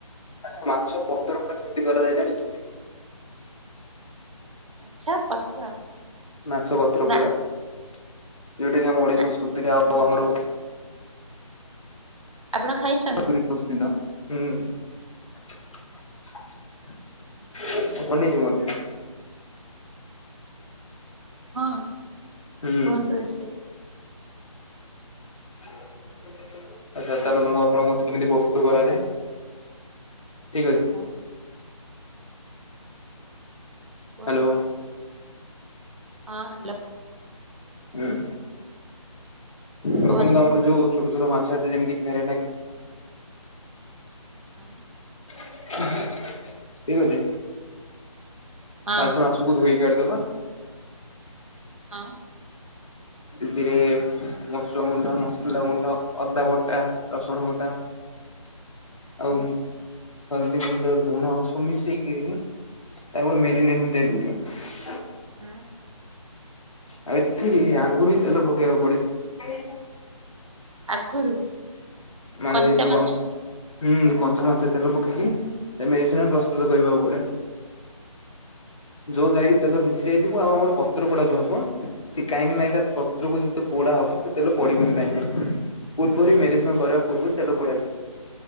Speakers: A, on the left; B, on the right.
A: ଆଚ୍ଛା ମାଛ ପତ୍ର ପଡା କେମିତି କରାଯଏ ଜାଣିଚୁ?
B: <unintelligible>
A: ମାଛ ପତ୍ର
B: ନା
A: ପଡା ଯୋଉଟା କିି ଆମ ଓଡିଆ
B: ନା
A: ସଂସ୍କୃତିରେ ଆଉ
B: ମୋ ଜୀବନ
A: ଆମର
B: ଆପଣ ଖାଇଛୁ
A: <unintelligible> ହୁଁ
B: <inaudible>
A: ବନେଇଛି ମଧ୍ୟ
B: ହଁ
A: ହୁଁ
B: କୁହନ୍ତୁ ଦେଶି
A: ଆଚ୍ଛା ତାେହାଲେଲେ। <unintelligible> ମୁଁ ଆପଣଙ୍କ କେମିତି ବସ୍ତୁ କରାଯାଏ। ଠିକ ଅଛି।
B: ହଁ କୁହନ୍ତୁ।
A: ହ୍ୟାଲୋ।
B: ହଁ ହ୍ୟାଲୋ
A: ହୁଁ। ପ୍ରଥମେ
B: କୁହନ୍ତୁ
A: ତ ଆମର ଯୋଉ ଛୋଟ ଛଟ ମାଛ ଯେମିତି କେରେଟ
B: ହଁ
A: ଠିକ ଅଛି
B: ହଁ
A: ଆ ସେ ମାସକୁ ଧୋଇକି କାଢିଦବା।
B: ହଁ।
A: ସେଥିରେ ମସ ଲଗୁଣ୍ଡ ମସଲା ଗୁଣ୍ଡ ଅଦା ବଟା, ରସୁଣ ବଟା,
B: ହୁଁ
A: ଆଉ ହଳଦୀ ଗୁଣ୍ଡ ଲୁଣ ସବୁ ମିଶେଇ ତାକୁ ଗୋଟେ ମାରିନେସନ୍ <unintelligible>
B: ହଁ।
A: ଆଉ ଏଥିରେ ଆଙ୍ଗୁଳି ତେଲ ପକେଇବାକୁ ପଡେ।
B: ଆଗରୁ
A: ମାନେ
B: କଞ୍ଚା
A: ଯଉ
B: ମାଛରେ
A: ଆମ ହୁଁ କଞ୍ଚା ମାଛରେ ତେଲ ପକେଇକି ସେ ମେଡିସିନ ପ୍ରସ୍ତୁତ କରିବାକୁ ପଡେ। ଯୋଉ୍ ଗାଇ ତେଲ ଭିଜି ଯାଇଥିବ ଆଉ ଆମ ପତ୍ରପଡା <unintelligible> ସେ କାହିଁକି ନା ଏଇଟା ପତ୍ରକୁ ଯେତ ପୋଡା ହବ ତ ତେଲେ ପଡିବ କି ନାହିଁ। ପୂର୍ବର ମ୍ୟାରିରେସନ୍ କରିବା ପୂର୍ବରୁ ତେଲ ପଡା ଯାଏ।